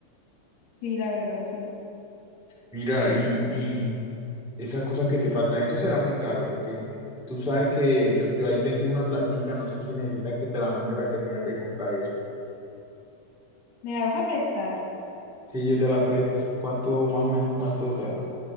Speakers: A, on the left; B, in the centre.
A: Sí, la verdad, sí.
B: Mira, y, y esas cosas que te faltan, eso será muy caro, porque tú sabes que yo, yo ahí tengo una platica, no sé si necesitas que te la mande para terminar de comprar eso.
A: ¿Me la vas a prestar?
B: Sí, yo te la presto. ¿Cuánto, más o menos, cuánto te da?